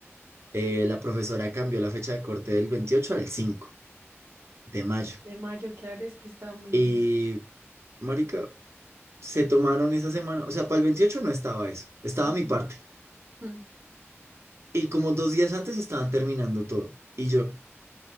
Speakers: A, on the right; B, on the right.
A: eh, la profesora cambió la fecha de corte del 28 al 5 de mayo.
B: De mayo, claro, es que está muy...
A: Y,
B: su-
A: marica, se tomaron esa semana, o sea, para el 28 no estaba eso, estaba
B: Ujú.
A: mi parte.
B: Mm.
A: Y como dos días antes estaban terminando todo. Y yo...